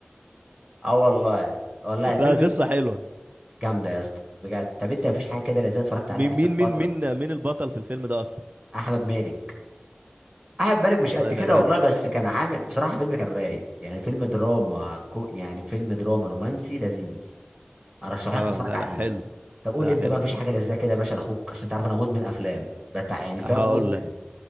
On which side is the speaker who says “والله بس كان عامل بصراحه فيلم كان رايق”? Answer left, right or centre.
Right